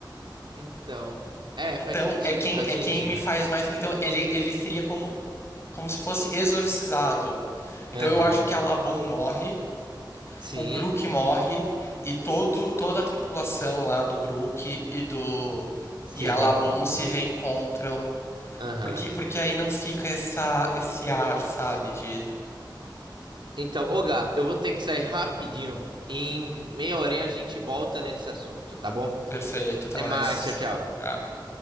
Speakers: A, on the right; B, on the left.
A: Então, é, faz
B: Então
A: sentido,
B: é quem
A: faz
B: é
A: sentido.
B: quem me faz mais. Então ele, ele seria como, como se fosse exorcizado. Então
A: Aham.
B: eu acho que a Laboon morre,
A: Sim,
B: o Brook morre e todo, toda a tripulação lá do Brook e do
A: se
B: e a
A: reencontram.
B: Laboon se reencontram.
A: Aham.
B: Porque, porque aí não fica essa, esse ar, sabe, de
A: Então, ô Gá, eu vou ter que sair rapidinho. Em meia horinha a gente volta nesse assunto, tá bom?
B: perfeito, até
A: Até
B: mais.
A: mais, tchau, tchau.
B: Tchau.